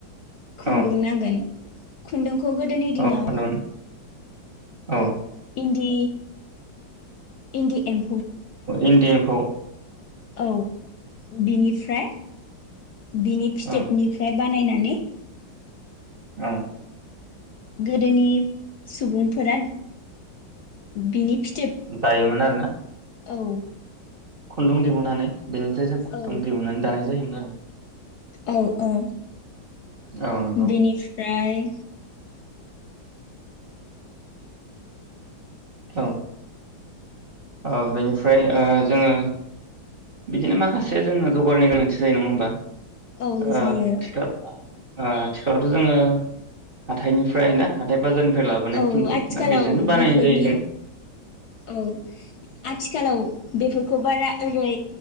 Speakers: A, on the left; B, on the right.
A: खुन्दुं
B: औ
A: नांगोन खुन्दुं खौ गोदोनि दिनाव
B: औ खुन्दुं औ
A: दि इन्दि एम
B: इन्दि एम्फौ
A: औ बिनिफ्राय बिनि फिथोबनिफ्राय
B: औ
A: बानायनानै
B: औ
A: गोदोनि सुबुंफोरा बिनि फिथोब
B: दायोमोन आरो ना
A: औ
B: खुन्दुं दिहुनानै बेनिफ्राय जों खनदुं
A: औ
B: दिहुनानै दानाय जायोमोन ना रो
A: औ औ
B: औ नंगौ
A: बेनिफ्राय
B: औ ओ बेनिफ्राय ओ जोङो बिदिनो माखासे जोङो जगारनि गोनांथि जायो नङा होमबा ओ
A: औ जायो
B: थिखा ओ आथिखालावथ' जोङो हाथायनिफ्राय ना हाथाय बाजार फ्राय लाबोनाय
A: औ
B: खुन्दुं
A: आथिखालाव
B: ना बेजोंनो बानायनाय
A: बेफोरनि
B: जायो जों
A: औ आथिखालाव बेफोरखौ बा बारा ओरै